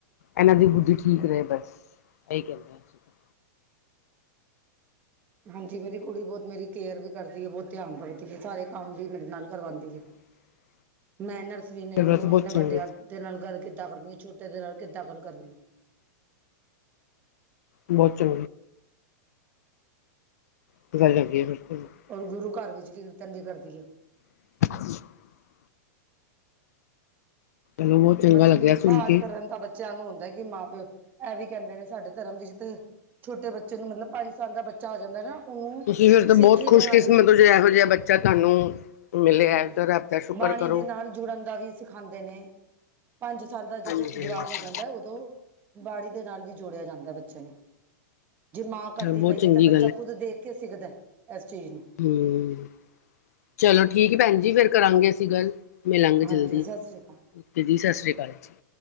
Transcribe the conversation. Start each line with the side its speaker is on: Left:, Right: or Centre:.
Left: ਇਹਨਾਂ ਦੀ ਬੁੱਧੀ ਠੀਕ ਰਹੇ ਬਸ ਇਹੀ ਕਹਿੰਦੇ ਆ ਅਸੀਂ ਤਾਂ
Right: ਹਾਂਜੀ ਮੇਰੀ ਕੁੜੀ ਬਹੁਤ ਮੇਰੀ ਕੇਅਰ ਵੀ ਕਰਦੀ ਹੈ ਬਹੁਤ ਧਿਆਨ ਰੱਖਦੀ ਹੈ ਸਾਰੇ ਕੰਮ ਵੀ ਮੇਰੇ ਨਾਲ ਕਰਵਾਉਂਦੀ ਐ
Left: <unintelligible>
Right: ਮੈਂ ਨਰ <unintelligible>
Left: ਫਿਰ ਬਸ ਬਹੁਤ ਚੰਗੇ
Right: ਨਾਲ ਗੱਲ ਕੀਤੀ ਕਿੱਦਾਂ ਕਰਨੀ ਹੈ ਛੋਟੇ ਦੇ ਨਾਲ ਕਿਦਾਂ ਗਲ ਕਰਨੀ ਹੈ
Left: ਬਹੁਤ <unintelligible> <unintelligible>
Right: ਔਰ ਗੁਰੂ ਘਰ ਵਿੱਚ ਵੀ ਤੰਗ ਈ ਕਰਦੀ ਆ
Left: <unintelligible> ਚਲੋ ਬਹੁਤ ਚੰਗਾ
Right: ਬਸ
Left: ਲੱਗਿਆ ਸੁਣ
Right: ਪਾਠ
Left: ਕੇ
Right: ਕਰਨ ਦਾ ਬੱ ਬੱਚਿਆਂ ਨੂੰ ਹੁੰਦਾ ਕਿ ਮਾਂ ਪਿਓ ਇਹ ਵੀ ਕਹਿੰਦੇ ਨੇ ਸਾਡੇ ਧਰਮ ਵਿੱਚ ਤੇ ਛੋਟੇ ਬੱਚੇ ਨੂੰ ਮਤਲਬ ਪੰਜ ਸਾਲ ਦਾ ਬੱਚਾ ਹੋ ਜਾਂਦਾ ਨਾ ਉਹਨੂੰ
Left: ਤੁਸੀਂ ਫਿਰ ਤਾਂ ਬਹੁਤ
Right: ਸਿੱਖੀ
Left: ਖੁਸ਼ਕਮਤ
Right: ਦੇ ਨਾਲ ਵੀ
Left: ਤੋਂ ਜੇ ਇਹੋ ਜਿਹਾ ਬੱਚਾ ਤੁਹਾਨੂੰ ਮਿਲਿਆ
Right: ਹਮ
Left: ਰਬ ਦਾ ਸ਼ੁਕਰ
Right: ਬਾਣੀ
Left: ਕਰੋ
Right: ਦੇ ਨਾਲ ਜੁੜਨ ਦਾ ਵੀ ਸਿਖਾਉਂਦੇ ਨੇ ਪੰਜ ਸਾਲ ਦਾ ਜਦ
Left: ਹਾਂਜੀ
Right: ਜਵਾਕ
Left: ਹਾਂਜੀ
Right: ਹੋ ਜਾਂਦਾ ਉਦੋਂ ਬਾੜੀ ਦੇ ਨਾਲ ਵੀ ਜੋੜਿਆ ਜਾਂਦਾ ਬੱਚਿਆਂ ਨੂੰ ਜੇ ਮਾਂ ਕਰਦੀ
Left: ਬਹੁਤ
Right: ਪਈ
Left: ਚੰਗੀ
Right: ਹੈ ਤਾਂ ਬੱਚਾ ਖੁੱਦ ਦੇਖ ਕੇ ਸਿੱਖਦਾ ਇਸ ਚੀਜ਼ ਨੂੰ
Left: ਹੂੰ ਚਲੋ ਠੀਕ ਭੈਣ ਜੀ ਫੇਰ ਕਰਾਂਗੇ ਅਸੀਂ ਗੱਲ ਮਿਲਾਂਗੇ ਜਲਦੀ
Right: ਹਾਂਜੀ ਸਤਿ ਸ੍ਰੀ ਅਕਾਲ
Left: ਓਕੇ ਜੀ ਸਤਿ ਸ਼੍ਰੀ ਅਕਾਲ ਜੀ